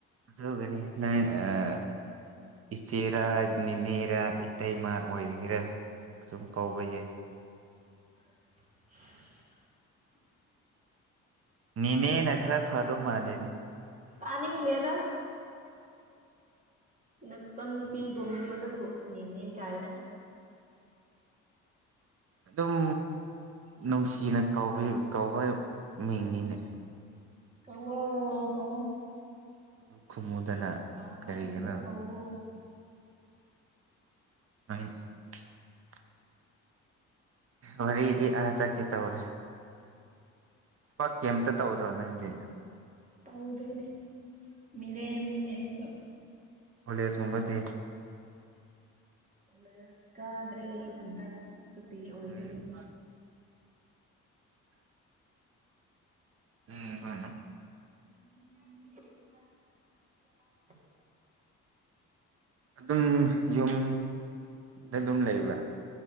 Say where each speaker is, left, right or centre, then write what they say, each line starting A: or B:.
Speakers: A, on the right (about 50°); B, on the right (about 25°).
A: ꯑꯗꯨꯒꯅꯤ ꯅꯪ ꯑꯥ ꯏꯆꯦꯔꯥ ꯅꯤꯅꯦꯔꯥ ꯏꯇꯩꯃ ꯑꯣꯏꯒꯦꯔꯥ ꯑꯗꯨꯝ ꯀꯧꯕ ꯌꯥꯏ
B: <unintelligible>
A: ꯅꯤꯅꯦ ꯅ ꯈꯔ ꯐꯥꯗꯣ ꯃꯥꯂꯦ ꯍꯦ
B: ꯇꯥꯅꯤꯡ ꯗꯦꯗꯥ ꯅꯆꯟ ꯅꯨꯄꯤ ꯒꯨꯝꯕꯗꯕꯨ ꯅꯤꯅꯦ ꯀꯥꯏꯅ
A: ꯑꯗꯨꯝ ꯅꯨꯡꯁꯤꯅ ꯀꯧꯕ ꯃꯤꯡꯅꯤꯅꯦ
B: ꯀꯧꯋꯣ ꯀꯧꯋꯣ
A: ꯑꯗꯨ ꯈꯨꯝꯃꯨꯗꯅ
B: ꯅꯪꯅ ꯄꯥꯝꯕ
A: ꯀꯔꯤꯒꯤꯅꯣ
B: ꯍꯦꯛꯇ ꯀꯧꯋꯣ
A: <unintelligible> ꯋꯥꯔꯤꯗꯤ ꯑꯥ ꯆꯠꯀꯦ ꯇꯧꯔꯦ ꯄꯥ ꯀꯩꯝꯇ ꯇꯧꯗ꯭ꯔꯣ ꯅꯪꯗꯤ
B: ꯇꯧꯗꯦꯅꯦ ꯃꯤꯔꯦꯝꯅꯤꯅꯦ ꯑꯩꯁꯨ
A: ꯀꯣꯂꯦꯖ ꯒꯨꯝꯕꯗꯤ
B: ꯀꯂꯦꯖ ꯀꯥꯗ꯭ꯔꯦ ꯍꯟꯗꯛ ꯁꯨꯇꯤ ꯑꯣꯏꯔꯦ
A: ꯎꯝ ꯎꯝ
B: <inaudible>
A: ꯑꯗꯨꯝ ꯌꯨꯝ ꯗꯥ ꯗꯨꯝ ꯂꯩꯕ꯭ꯔꯥ